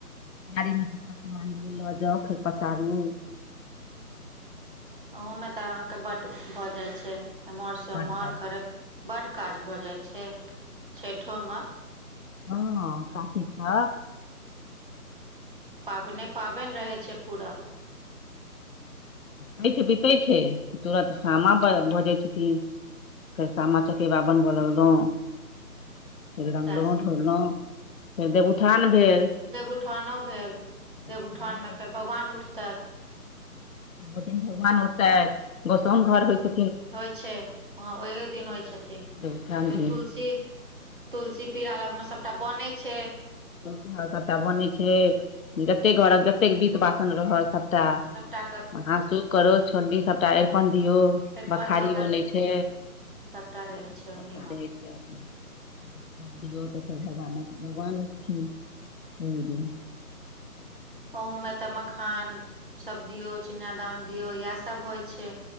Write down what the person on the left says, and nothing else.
गाड़ी मे सब टा समान लऽ जाउ फेर पसारू
बड
बड़
हँँ कार्तिक छठ
छैठ बितै छै कि तुरत सामा भऽ जाइ छथिन फेर सामा चकेबा बनबय लगलउ फेर रङ्गलहुँ
ढोड़लहुँ फेर देवउठान भेल
देवउठानो
तऽ
ओहि दिन भगवान उठतथि गोसाउं घर होइ छै
देवउठान दिन
त्यहार सबटा बनै छै जते घरक जतेक बीत बासन रहल सबटा
हाँसू करोछ छोलली सब टा अरिपन दियौ
बखारी
बनै छै
सब
टा
रहै छै सब दियौ तऽ भगवानक भगवान उठथिन ओहि दिन <inaudible>